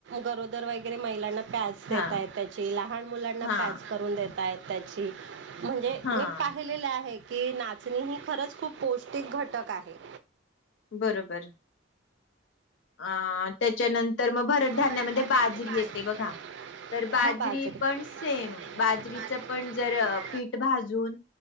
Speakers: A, on the right; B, on the left.
A: गरोदर वगैरे महिलांना पॅज देत
B: हा
A: आहेत त्याची लहान मुलांना
B: हा
A: पॅज करून देत आहेत त्याची. म्हणजे
B: हा
A: मी पाहिलेले आहे... की नाचणी ही खरंच खूप पौष्टिक घटक आहे-
B: बरोबर अ त्याच्यानंतर मग भरड धान्यामध्ये
A: वरण
B: बाजरी
A: भातामध्ये
B: येते बघा-
A: घेतली मी भाजी.
B: तर बाजरी
A: हां बाजरीचं
B: पण सेम
A: म्हटलं
B: बाजरीच
A: भाजी
B: पण
A: डिलिव्हरी
B: जर पीठ भाजून